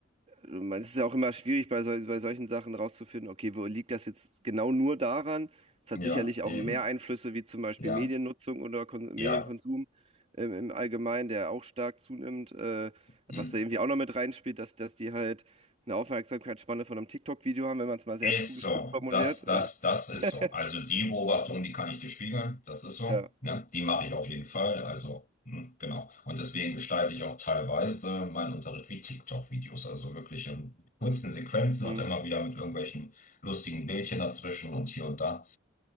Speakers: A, on the right; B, on the left.
A: man- es ist ja auch immer schwierig bei, sol bei solchen Sachen rauszufinden, okay, wo liegt das jetzt genau nur daran? Es hat
B: ja,
A: sicherlich auch
B: eben.
A: mehr Einflüsse wie zum Beispiel
B: Ja,
A: Mediennutzung oder Kon
B: ja.
A: Medienkonsum im, im Allgemeinen, der auch stark zunimmt, äh,
B: mm.
A: was da irgendwie auch noch mit reinspielt, dass, dass die halt eine Aufmerksamkeitsspanne von einem TikTok-Video haben, wenn man es mal sehr
B: Ist
A: zugespitzt
B: so,
A: formuliert.
B: das, das,
A: äh,
B: das ist
A: <laughs>
B: so. Also die Beobachtung, die kann ich dir spiegeln, das ist so.
A: Ja.
B: Ne? Die mache ich auf jeden Fall. Also, hm, genau. Und deswegen gestalte ich auch teilweise meinen Unterricht wie TikTok-Videos. Also wirklich in kurzen Sequenzen
A: Hm.
B: und immer wieder mit irgendwelchen lustigen Bildchen dazwischen und hier und da.